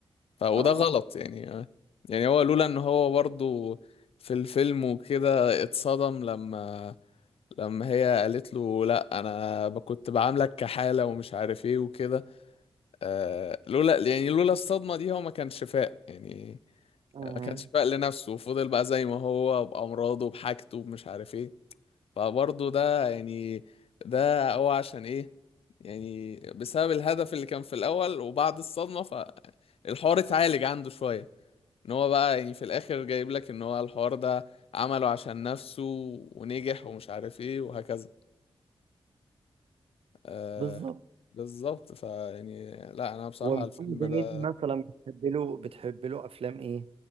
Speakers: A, on the left (about 75°); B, on the right (about 75°).
A: ف وده
B: اه
A: غلط يعني آه، يعني هو لولا ان هو برضو في الفيلم وكده اتصدم لما لما هي قالت له لا انا كنت بعاملك كحالة ومش عارف ايه وكده آه لولا يعني لولا الصدمة دي هو ما كانش فاق يعني
B: اه
A: ما كانش فاق لنفسه وفضل بقى زي ما هو بأمراضه بحاجته بمش عارف ايه فبرضه ده يعني ده هو عشان ايه يعني بسبب الهدف اللي كان في الأول وبعد الصدمة فالحوار اتعالج عنده شوية ان هو بقى يعني في الآخر جايب لك ان هو الحوار ده عمله عشان نفسه ونجح ومش عارف ايه وهكذا آه
B: بالظبط
A: بالظبط فيعني لا انا بصراحة
B: ومحمد
A: الفيلم
B: هنيدي
A: ده
B: مثلا بتحب له بتحب له افلام ايه